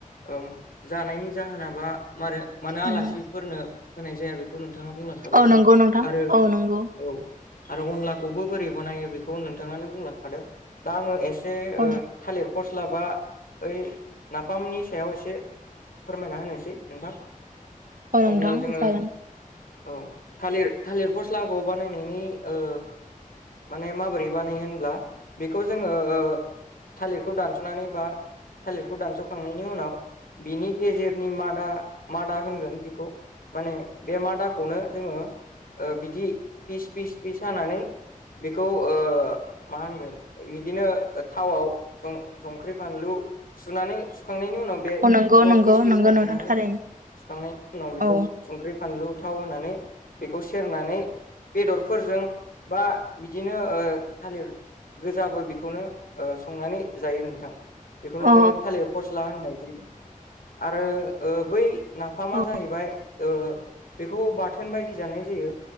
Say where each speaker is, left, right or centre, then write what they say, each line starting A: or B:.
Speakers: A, on the left; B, on the right.
A: ओम जानायनि जाहोनाबा मारो मानो आलासिफोरनो
B: उम
A: होनाय जाया बेखौ नों नोंथाङा बुंलांखाबाय
B: औ
A: जे
B: नंगौ नोंथां
A: आरो
B: औ नंगौ
A: औ आरो अनलाखौबो बोरै बानायो बेखौ नोंथाङानो बुंलांखादों दा आङो एस से ओ
B: औ
A: थालिर फस्लाबा ओइ नाफामनि सायाव एसे फोरमायना होनोसै नोंथां।
B: अ नोंथां
A: अब्ला जोङो
B: जागोन।
A: औ थालिर थालिर फस्लाखौ बानायनायनि ओ माने माबोरै बानायो होनब्ला बेखौ जोङो ओ थालिरखौ दानसनानै बा थालिरखौ दानसखांनायनि उनाव बिनि गेजेरनि मादा मादा होनगोन बेखौ माने बे मादाखौनो जोङो ओ बिदि फिस फिस फिस सानानै बेखौ ओ मा होनगोन बिदिनो थावआव स-संख्रि फानलु सुनानै सुखांनायनि उ उनाव बे
B: औ नंगौ
A: बेखौ
B: नंगौ
A: फिस फिस
B: नंगौ
A: हाखांनानै
B: नोंथां थारैनो
A: सुखांनायनि उनाव बेखौ
B: औ
A: संख्रि फानलु थाव होनानै बेखौ सेरनानै बेदर बा बिदिनो ओ थालिर गोजाबो बेखौनो ओ संनानै जायो नोंथां बेखौनो
B: औ
A: जोङो थालिर फस्ला होननाय जायो आरो ओ बै नाफामा
B: औ
A: जाहैबाय ओ बेखौ बाथोन बायदि जानाय जायो